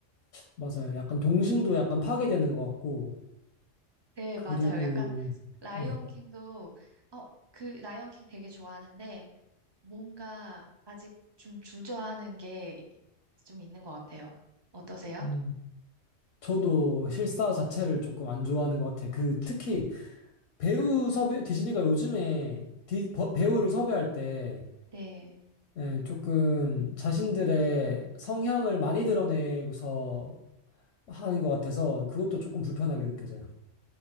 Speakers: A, on the left; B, on the right.
A: 맞아요. 약간 동심도 약간 파괴되는 것 같고,
B: 네,
A: 그리고,
B: 맞아요. 약간 라이온
A: 음,
B: 킹도 어, 그 라이온 킹 되게 좋아하는데 뭔가 아직 좀 주저하는 게 좀 있는 것 같아요. 어떠세요?
A: 음. 저도 실사 자체를 조금 안 좋아하는 것 같아요. 그 특히 배우 섭외 디즈니가 요즘에 디- 버- 배우를 섭외할 때
B: 네.
A: 예, 조금 자신들의 성향을 많이 드러내고서 하는 것 같아서 그것도 조금 불편하게 느껴져요.